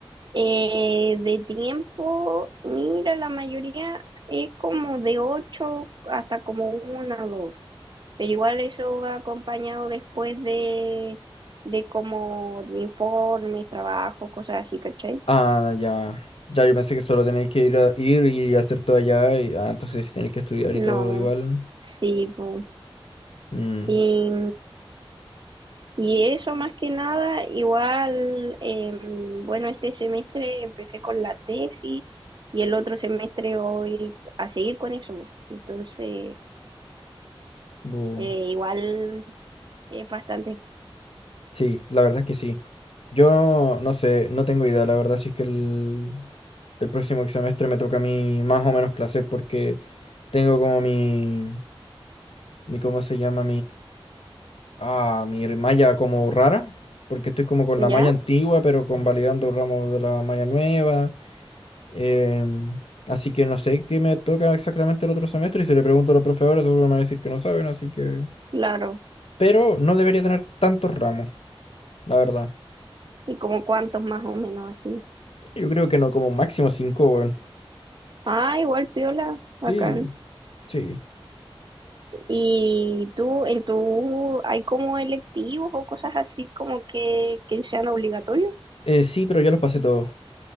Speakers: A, on the right; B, on the left.
A: Eh, de tiempo, mira, la mayoría es como de 8 hasta como una o dos, pero igual eso va acompañado después de, de como de informes, trabajos, cosas así, ¿cachai?
B: Ah, ya. Ya, yo pensé que solo tenéis que ir, a- ir y hacer todo allá. Y, ah, entonces si tenéis que estudiar
A: No,
B: y todo igual.
A: sí, po.
B: Mm,
A: Y, y eso más que nada, igual, em, bueno, este semestre empecé con la tesis y el otro semestre voy a seguir con eso, po. entonces...
B: bu.
A: Eh, igual es bastante,
B: Sí, la verdad es que sí. Yo no sé, no tengo idea. La verdad si es que el, el próximo semestre me toca a mí más o menos clases porque tengo como mi, mi, ¿cómo se llama? a mi malla como rara, porque estoy como con
A: ¿ya?
B: la malla antigua, pero convalidando ramos de la malla nueva. em, así que no sé qué me toca exactamente el otro semestre y si le pregunto a los profesores seguro me van a decir que no saben, así que...
A: Claro.
B: Pero no debería tener tantos ramos, la verdad.
A: ¿Y como cuántos más o menos así?
B: Yo creo que no, como máximo cinco, weón.
A: Ah, igual piola, bacán.
B: Sí, sí.
A: ¿Y tú, en tu, hay como electivos o cosas así como que, que sean obligatorios?
B: Eh, sí, pero ya los pasé todos.